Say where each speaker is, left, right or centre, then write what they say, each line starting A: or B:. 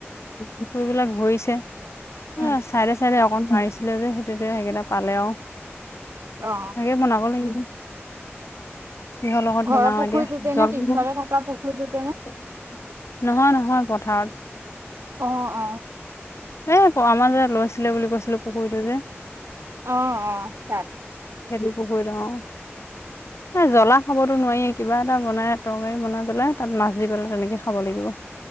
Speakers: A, on the left; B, on the right.
A: পুখুৰী বিলাক ঘৰিছে অ
B: উম,
A: ছাইডে ছাইডে অক অকণ মাৰিছিলে যে সেইতেতিয়া পালে আও
B: অ
A: তাকে বনাব লাগিব। কিহৰ লগত
B: ঘৰৰ
A: বনওঁ
B: পুখুৰীটোতে
A: এতিয়া জল
B: নে পিছফালে
A: নহয়
B: থকা পুখুৰীটোতে নে?
A: নহয় পথাৰত।
B: অ অ।
A: এ আমাৰ যে লৈছিলে বুলি কৈছিলো পুখুৰীটো যে
B: অ অ তাক
A: খেদি পুখুৰী লওঁ জ্বলা খাবতো নোৱাৱি কিবা এটা বনাই তৰকাৰী বনাই পেলাই তাত মাছ দি পেলাই তেনেকে খাব লাগিব।